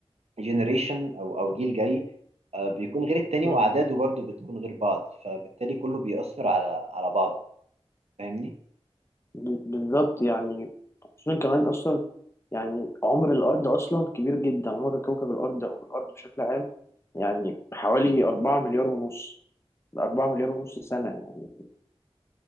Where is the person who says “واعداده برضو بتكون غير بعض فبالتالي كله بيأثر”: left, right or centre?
Right